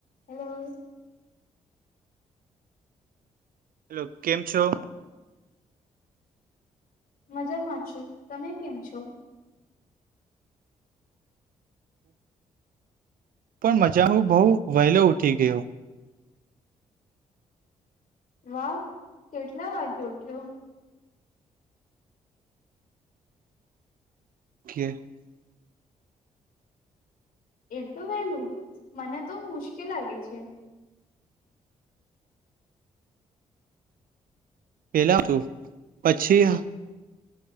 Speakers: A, on the left; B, on the right.
A: Hello.
B: Hello કેમ છો?
A: મજામાં છો તમે કેમ છો?
B: પણ મજા હ બહુ વહેલો ઊઠી ગયો.
A: વાહ કેટલા વાગે ઉઠ્યો.
B: <unintelligible>
A: એટલું વેલું મને તો મુશ્કેલ લાગે છે.
B: પેલા તું પછી.